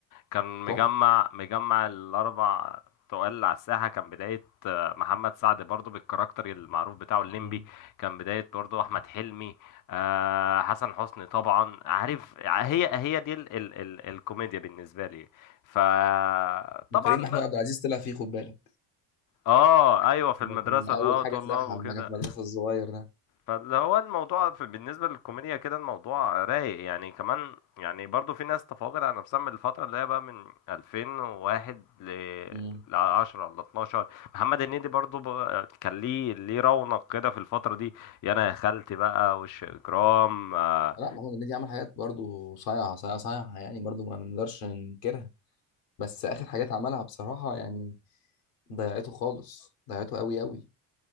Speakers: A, on the left (about 45°); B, on the left (about 85°).
A: كان مجمع
B: تحفة
A: مجمع الاربع تقال على الساحة كان بداية محمد سعد برضو بالكاركتر المعروف بتاعه الليمبي
B: مم.
A: كان بداية برضو أحمد حلمي آه، حسن حسني طبعا عارف هي هي دي ال ال ال الكوميديا بالنسبة لي فطبعا
B: وكريم محمود
A: بقى
B: عبد العزيز طلع فيه خد بالك
A: اه ايوه في
B: لما
A: المدرسة
B: كان
A: اللي
B: اول
A: هو
B: حاجه
A: طلاب
B: طلعها
A: وكده
B: لما كان في المدرسه الصغير ده
A: فاللي هو الموضوع في بالنسبة للكوميديا كده الموضوع رايق يعني كمان يعني برضو في ناس تفاقد على نفسها من الفترة اللي هي بقى من 2001 ل
B: مم.
A: 10 ل 12 محمد هنيدي برضو بقى- كان ليه ليه رونق كده في الفترة دي يا انا يا خالتي بقى وش اجرام آه،
B: لا محمود هنيدي عمل حاجات برضو صايعه صايعه صايعه يعني برضو ما نقدرش ننكرها بس اخر حاجات عملها بصراحه يعني ضيعته خالص ضيعته قوي قوي